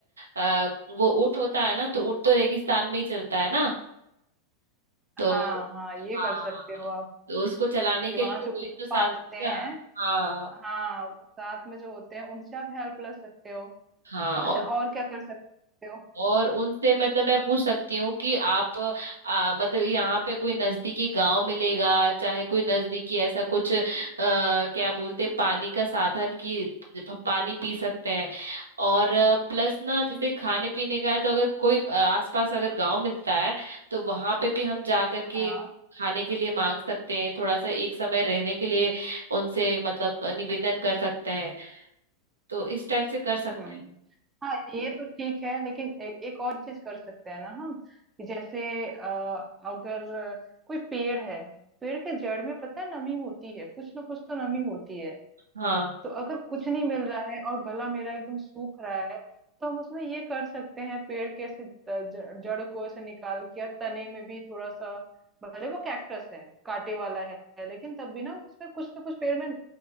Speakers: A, on the right (about 70°); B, on the right (about 15°).
A: आ, वो ऊँट होता है ना तो ऊँट तो रेगिस्तान में ही चलता है ना तो
B: हाँ हाँ ये
A: हाँ
B: कर सकते हो आप
A: तो उसको चलाने
B: कि
A: के
B: वहाँ
A: लिए तो
B: जो
A: कोई
B: ऊंट
A: तो साथ
B: पालते
A: रहेगा
B: हैं
A: हाँ
B: हाँ वो साथ में जो होते हैं उनसे आप हेल्प ले सकते हो
A: हाँ
B: हाँ अच्छा
A: और
B: और क्या कर सकते
A: और उनसे मतलब मैं पूछ सकती हूँ कि आप आ, मतलब यहाँ पे कोई नजदीकी गांव मिलेगा चाहे कोई नजदीकी ऐसा कुछ आ, क्या बोलते पानी का साधन की पानी पी सकते हैं और प्लस ना जैसे खाने पीने का है तो अगर कोई अ, आसपास अगर गांव मिलता है तो वहां पे भी हम जा करके
B: हो
A: खाने के लिए मांग सकते हैं थोड़ा सा एक समय रहने के लिए उनसे मतलब निवेदन कर सकते हैं तो इस टाइप से कर सकते
B: हम्म
A: हैं
B: हाँ ये तो ठीक है लेकिन ए, एक और चीज कर सकते हैं ना हम कि जैसे अ, अगर कोई पेड़ है पेड़ के जड़ में पता है नमी होती है कुछ ना कुछ तो नमी होती है
A: हाँ
B: तो अगर कुछ नहीं मिल रहा है और गला मेरा एकदम सूख रहा है तो हम उसमें ये कर सकते हैं पेड़ के ऐसे त- ज- जड़ को ऐसे निकाल के या तने में भी थोड़ा सा भले वो कैक्टस है कांटे वाला है लेकिन तब भी ना उसमें कुछ ना कुछ पेड़ में